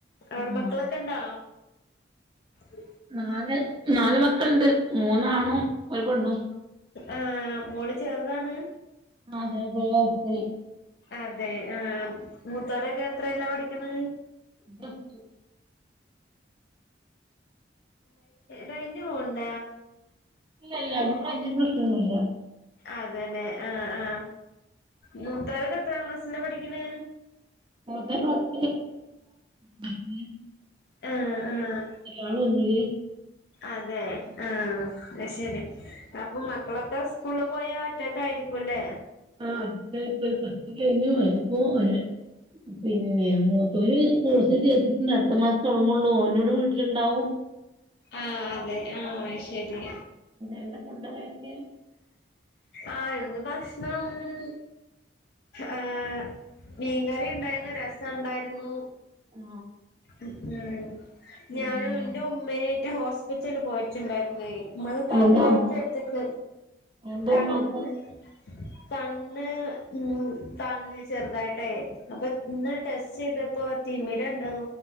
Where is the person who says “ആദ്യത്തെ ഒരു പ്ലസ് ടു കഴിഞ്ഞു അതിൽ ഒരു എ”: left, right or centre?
Right